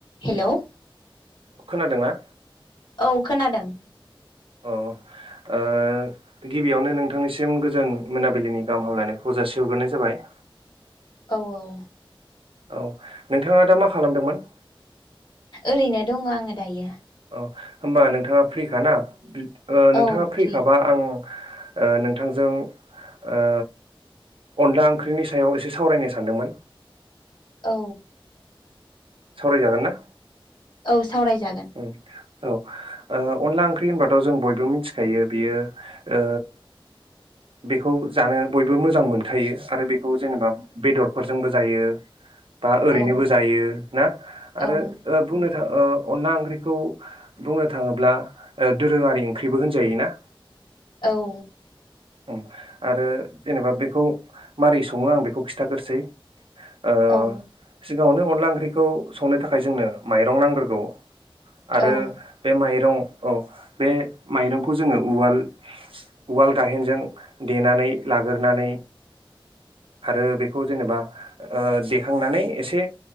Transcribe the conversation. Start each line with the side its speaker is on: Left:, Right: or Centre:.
Left: हेल'
Right: खोनादोंना?
Left: औ खोनादों।
Right: अ ओ गिबियावनो नोंथांनिसिम गोजोन मोनाबिलिनि गाहाम हामलायनायखौ जासिहरग्रोनाय जाबाय।
Left: औ औ
Right: औ नोंथाङा दा मा खालामदोंमोन?
Left: ओरैनो दङ आङो दायो।
Right: औ होमबा नोंथाङा फ्रिखाना? ओ नोंथाङा
Left: औ
Right: फ्रिखाबा
Left: फ्रि
Right: आं ओ नोंथांजों ओ अनला ओंख्रिनि सायाव एसे सावरायनो सानदोंमोन।
Left: औ
Right: सावरायजागोन ना?
Left: औ सावरायजागोन।
Right: उम औ ओ अनला ओंख्रि होनबाथ' जों बयबो मिथिखायो बियो ओ बेखौ जानो बयबो मोजां मोनखायो आरो बेखौ जेनेबा बेदरफोरजोंबो जायो। बा ओरैनोबो
Left: औ
Right: जायो ना आरो
Left: औ
Right: बुंनो
Left: औ
Right: थाङो ओ अनला ओंख्रिखौ बुंनो थाङोब्ला ओ दोरोङारि ओंख्रिबो होनजायो ना?
Left: औ
Right: ओम आरो जेनेबा बेखौ मारै सङो आं बेखौ खिन्थागोरोसै ओ
Left: औ
Right: सि गाङावनो अनला ओंख्रिखौ संनो थाखाय जोंनो माइरं नांग्रोगौ आरो
Left: औ
Right: बे माइरं औ बे माइरंखौ जोङो उवाल उवाल गाहेनजों देनानै लागोरानै आरो बेखौ जेनेबा ओ देखांनानै एसे